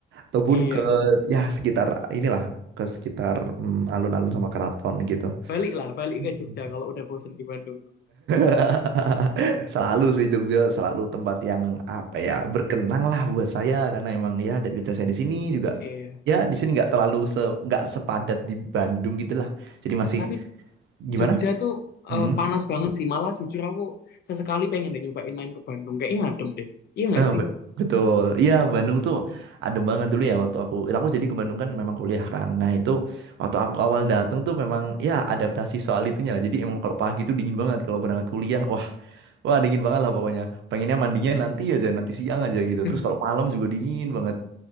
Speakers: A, on the right; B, on the left.
A: ataupun
B: iya
A: ke ya sekitar inilah ke sekitar mm, alun-alun sama keraton gitu.
B: baliklah balik
A: Hmm.
B: ke Jogja kalau udah bosen di Bandung
A: <laughs> Selalu sih Jogja selalu tempat yang apa ya berkenang lah buat saya karena emang ya dari kecil saya di sini juga
B: iya
A: ya di sini nggak terlalu se nggak sepadat di Bandung gitu lah. Jadi masih
B: tapi
A: gimana?
B: Jogja tuh
A: Hmm?
B: eh, panas banget sih malah jujur aku sesekali pengen deh nyobain main ke Bandung kayaknya adem deh iya nggak
A: Eh,
B: sih
A: bet- betul. Iya, Bandung tuh adem banget dulu ya waktu aku. Aku jadi ke Bandung kan memang kuliah kan. Nah, itu waktu aku awal datang tuh memang ya adaptasi soal itunya lah. Jadi emang kalau pagi tuh dingin banget kalau berangkat kuliah. Wah, wah dingin banget lah pokoknya. Pengennya mandinya nanti aja, nanti siang aja gitu.
B: <laughs>
A: Terus kalau malam juga dingin banget